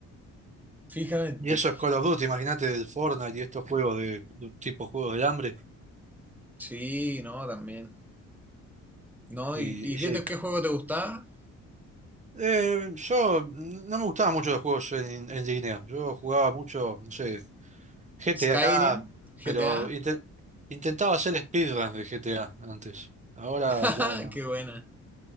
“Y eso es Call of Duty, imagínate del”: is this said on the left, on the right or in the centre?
Right